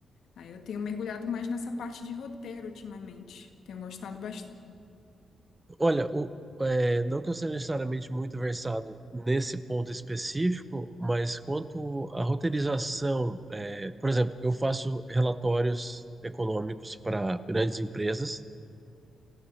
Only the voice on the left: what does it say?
Aí eu tenho mergulhado mais nessa parte de roteiro ultimamente. Tenho gostado bastante.